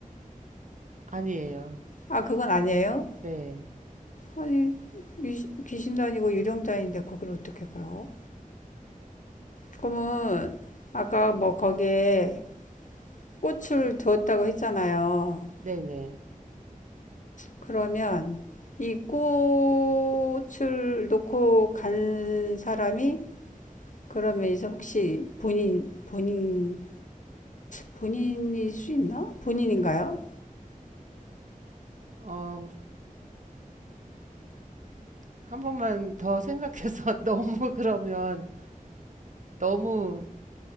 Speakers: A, on the right; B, on the left.
A: 아니에요.
B: 아, 그건 아니에요?
A: 네.
B: 아니, 귀신도 아니고 유령도 아닌데 거를 어떻게 가요? 그러면 아까 뭐 거기에 꽃을 두었다고 했잖아요.
A: 네네.
B: 그러면 이 꽃을 놓고 간 사람이 그러면 이제 혹시 본인 본인 본인일 수 있나? 본인인가요?
A: 어, 한 번만 더 생각해서 <laughs> 너무 그러면 너무